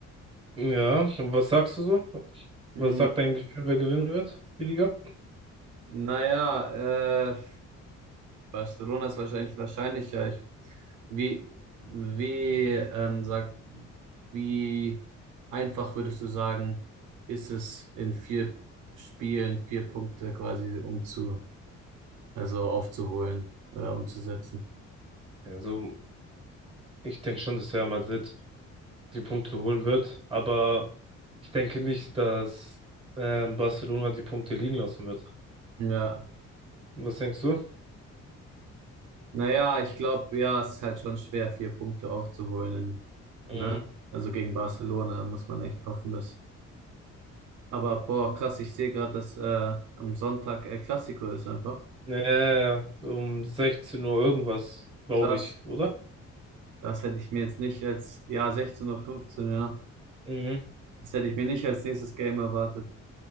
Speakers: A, on the right; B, on the right.
A: Ja, und was sagst du so?
B: Hm,
A: Was sagt dein Gefühl, wer gewinnen wird, die Liga?
B: naja, äh, Barcelona ist wahrscheinlich wahrscheinlicher. Ich Wie, wie, ähm, sag, wie einfach würdest du sagen, ist es in vier Spielen vier Punkte quasi umzu, also aufzuholen oder umzusetzen?
A: Also, ich denke schon, dass Real Madrid die Punkte holen wird, aber ich denke nicht, dass ähm, Barcelona die Punkte liegen lassen wird.
B: Ja.
A: Was denkst du?
B: Naja, ich glaube, ja, es ist halt schon schwer, vier Punkte aufzuholen, In,
A: Mhm.
B: ne? Also gegen Barcelona muss man echt hoffen, dass. Aber boah, krass, ich sehe gerade, dass äh, am Sonntag El Clasico ist einfach.
A: Nee, um 16 Uhr irgendwas, glaube
B: Krass,
A: ich, oder?
B: das hätte ich mir jetzt nicht als, ja, 16.15 Uhr, fünfzehn, ja.
A: Mhm.
B: Das hätte ich mir nicht als nächstes Game erwartet.